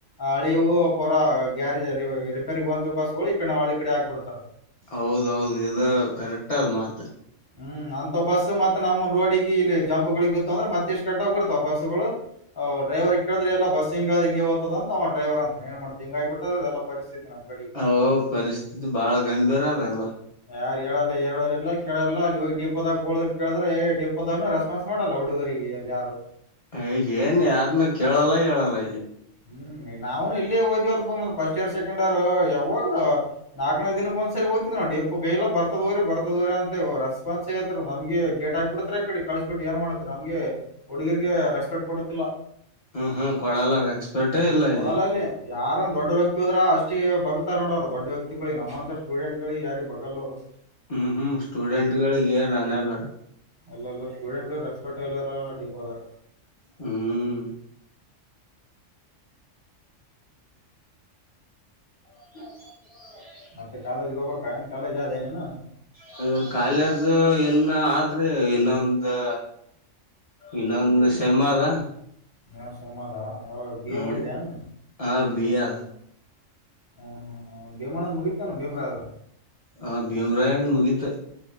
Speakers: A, on the left; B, on the left.
A: ಹಳಿವು ಪೂರಾ ಗ್ಯಾರೇಜ್ ರಿಪೇರಿ ಬಂದು ಬಸ್ಗಳು ಈ ಕಡೆ ಹಳ್ಳಿ ಕಡೆ ಆಗ್ಬಿಡ್ತಾರ.
B: ಹೌದೌದು ಇದು ಕರೆಕ್ಟ್ ಅದ ಮಾತ್
A: ಹ್ಮ್ ಅಂತ ಬಸ್ ಮತ್ತ್ ನಮ್ ರೋಡಿಗೆ ಇಲ್ಲಿ ಜಂಪ್ಗಳಿಗೆ ಬಿತ್ತು ಅಂದ್ರೆ ಮತ್ತ್ ಇಷ್ಟ್ ಕೆಟ್ಟೋಗ್ ಬಿಡ್ತಾವ ಬಸ್ಸುಗಳು ಅವ್ ಡೈವರಿಗೆ ಕೇಳಿದ್ರೆ ಇಲ್ಲ ಬಸ್ ಹಿಂಗ್ ಹಿಂಗೆ ಹೋತ್ತದ ಅ ಅವ ಡೈವರ್ ಅಂತ ಏನ್ ಮಾಡ್ತೀಯ ಹಿಂಗ್ ಆಗ ಬಿಟ್ಟು ಅದೇಲಾ <unintelligible>
B: ಓ ಪರಿಸ್ಥಿತಿ ಬಾಳ ಗಂಭೀರ ಅದೆಲ್ಲಾ.
A: ಯಾರ ಹೇಳಲ್ಲ ಹೇರಳ್ ಎಲ್ಲಾ ಕೇಳಲ್ಲ ಇವಾಗ ಡಿಪೋದಾಗ ಹುಡುಗರು ಕೇಳಿದ್ರೆ ಡಿಪೋದಾಗನೂ ರೆಸ್ಪಾನ್ಸ್ ಮಾಡಲ್ಲ ಹುಡುಗರಿಗೆ ಅಲ್ಲಿ ಯಾರು.
B: ಈಗ ಏನ್ ಯಾರನ್ನ ಕೇಳಲ್ಲ ಹೇಳಲ್ಲ ಇಲ್ಲಿ.
A: ಹ್ಮ್ ನಾವೇನು ಇಲ್ಲೇ ಹೋದ್ದಿವಲ್ಪ ಮತ್ತ್ ಫಸ್ಟ್ ಇಯರ್ ಸೆಕೆಂಡ್ ಇಯರ್ ಯಾವಾಗ ನಾಕನೇ ದಿನಕ್ಕೆ ಒಂದು ಸರಿ ನೋಡಿ ಎಪ್ಪ ಕೈ ಎ ಬರ್ದತ್ ಹೋಗರಿ ಬರ್ ರ ಅಂತ ರೆಪಾನ್ಸ್ ತ್ ನಮಗೆ ಗೇಟ್ ಆಗ್ಬಿಡ್ರೆ ಕಡೆ ಕಳ್ಸ ಬಿಟ್ಟ ಏನ್ ಮಾಡ್ತಾರೆ ನಮಗೆ. ಹುಡುಗಿರಿಗೆ ರೆಸ್ಪೆಕ್ಟ್ ಕೊಡತಿಲ್ಲ
B: ಹ್ಮ್ ಹ್ಮ್ ಕೊಡಲ್ಲಾ ರೇಸ್ಪೆಟೆ ಇಲ್ಲ
A: ಕೊಡಲ್ಲ
B: ಇಲ್ಲಿ
A: ಅಲ್ಲಿ ಯಾರ ದೊಡ್ಡ ವ್ಯಕ್ತಿ ಹೋದ್ರೆ ಅಷ್ಟೇ ಬಗ್ತಾರ ನೋಡವರು ದೊಡ್ಡ ವ್ಯಕ್ತಿಗಳ ನಮ್ಮಂತ ಸ್ಟೂಡೆಂಟ್ ಗಳು ಯಾರಿಗೆ ಬಗಲ್ಲ ನಾವು.
B: ಹ್ಮ್ ಹ್ಮ್ ಸ್ಟೂಡೆಂಟ್ಗಳಿಗೆ ಏನ್ ಹಣೆಬರ.
A: ಅಲ್ಲೆಲ್ಲ ಸ್ಟೂಡೆಂಟ್ಗಳು ರೇಸ್ಪಟ್ಟೆ ಇಲ್ಲ ಇರಲ್ಲ ಡಿಪೋದಾಗ
B: ಹ್ಮ್ <unintelligible>
A: ಮತ್ತೆ ಕಾಲೇಜ್ ಹೋಗ್ಬೇಕ ಏನ್ ಕಾಲೇಜ್ ಆದೇನೆನೋ
B: ಹ ಕಾಲೇಜ್ ಏನ್ ಆದ್ರೆ ಇನ್ನೊಂದು ಇನ್ನೊಂದು ಸೇಮ್ ಅದ
A: ಹಾ ಸೇಮ್ ಆದ ಬಿಎ
B: ಹ್ಮ್
A: ಮಾಡಿದ್ದೇನ್
B: ಆ ಬಿಎ
A: ಹಾ ಹಾ ಬಿಎ ಮಾಡೋದು ಮುಗಿತೇನೋ ಭೀಮ್ರದೂ.
B: ಹ ಭೀಮರಾಯನ್ದೂ ಮುಗೀತು.